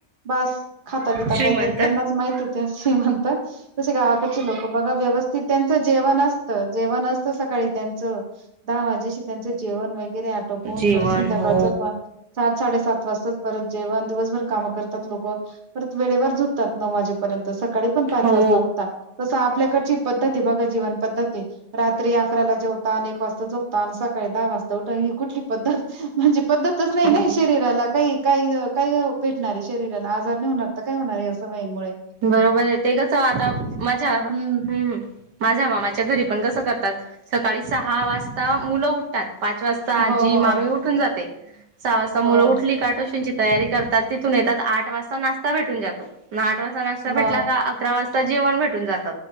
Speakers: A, on the right; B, on the right.
A: बास खाता बिता
B: श्रीमंत
A: काय तें त्यांनाच माहिती. तसे म्हणता, तसे गावाकडचे लोक बघा व्यवस् तीत त्यांचं जेवण असतं, जेवण असतं सकाळी, त्यांचं. दहा वाजेशी त्यांचं जेवण वगैरे आटोपून,
B: जीवन
A: परत संध्याकाळचं
B: हो
A: पण. सात साडेसात वाजताच परत जेवण, दिवसभर कामं करतात लोकं, परत वेळेवर झोपतात, नऊ वाजे पर्यंत, सकाळी पण पाच
B: हो
A: वाजता उठता, तसं आपल्याकडची पद्धती बघा, जीवन पद्धती रात्री अकराला जेवता आणि एक वाजता झोपता अन सकाळी दहा वाजता उठ, ही कुठली पद्धत?, म्हणजे पद्धतच नही
B: हो.
A: ना शरीराला, कही कही काही भेटणारे शरीराला, आजार नही होणार तर काय होणार? या सवईंमुळे.
B: बरोबर ये ते कस, आता माझा,
A: हम्म
B: हम्. माझ्या मामाच्या घरी पण कसं करतात, सकाळी सहा वाजता मुलं उट तात, पाच वाजता आज्जी
A: हो हो
B: मामी उठून जाते, सहा वाजता मुलं
A: हो
B: उठली का ट्युशनची तयारी करतात, तिथून येतात, आठ वाजता नाश्ता भेटून जातो. ता भेटला
A: मग
B: का अकरा वाजता जेवण भेटून जात